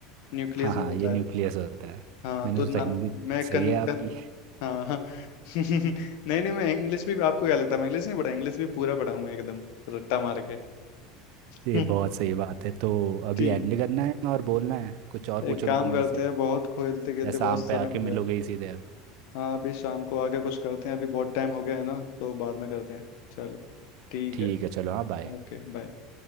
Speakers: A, on the left; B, on the right.
A: न्यूक्लियस
B: हाँ हाँ
A: में होता
B: ये न्यूक्लियस
A: है
B: होता है
A: हाँ
B: मैंने
A: तो
B: सोचा
A: ना
B: हिंदी
A: मैं
B: सही
A: कन
B: है आपकी
A: कन हाँ हाँ <laughs> नहीं नहीं मैं इंग्लिश भी आपको क्या लगता है मैं इंग्लिश नहीं पढ़ा इंग्लिश भी पूरा पढ़ा हूँ मैं एकदम रट्टा मार के
B: <laughs> ये
A: <laughs>
B: बहुत सही बात है तो अभी
A: ठीक
B: एंड करना है और बोलना है कुछ और पूछोगे
A: एक काम
B: मेरे
A: करते
B: से
A: हैं बहुत खेलते खेलते
B: या शाम
A: बहुत समय
B: पे आके
A: हो
B: मिलोगे
A: गया
B: ही सीधे अब
A: हाँ अभी शाम को आके कुछ करते हैं अभी बहुत टाइम हो गया है ना तो बाद में करते हैं चलो ठीक
B: ठीक
A: है
B: है चलो हाँ बाय
A: Okay bye